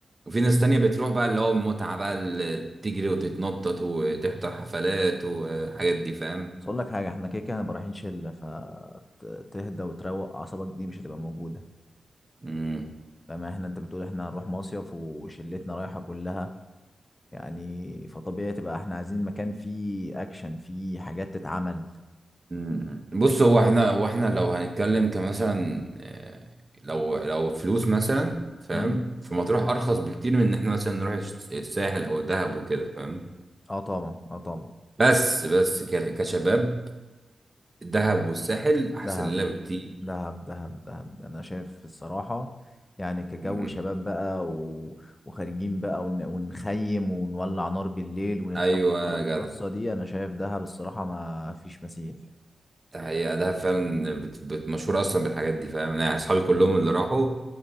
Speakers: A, on the right (about 20°); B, on the left (about 20°).
A: وفي ناس تانية بتروح بقى اللي هو المتعة بقى اللي تجري وتتنطط وتحضر حفلات والحاجات دي فاهم
B: بس اقول لك حاجة احنا كده كده هنبقى رايحين شلة فتهدى وتروق اعصابك دي مش هتبقى موجودة
A: مم.
B: فما احنا انت بتقول احنا هنروح مصيف وشلتنا رايحة كلها يعني فطبيعي تبقى احنا عايزين مكان فيه اكشن فيه حاجات تتعمل
A: مم. بص
B: لكن
A: هو احنا واحنا لو هنتكلم كمثلا آه، لو لو فلوس مثلا فاهم
B: مم.
A: في مطروح ارخص بكتير من ان احنا مثلا نروح الس- الساحل او الدهب وكده فاهم
B: اه طبعا اه طبعا
A: بس بس ك- كشباب الدهب والساحل احسن
B: دهب
A: لنا بكتير
B: دهب دهب دهب انا شايف الصراحة يعني كجو
A: مم.
B: شباب بقى و... وخارجين بقى ون... ونخيم ونولع نار بالليل ونتلم
A: ايوه
B: بقى
A: يا
B: والقصة
A: جدع
B: دي انا شايف دهب الصراحة ما فيش مثيل
A: ده حقيقة دهب فعلا بت- بت- مشهورة اصلا بالحاجات دي فاهم يعني اصحابي كلهم اللي راحوا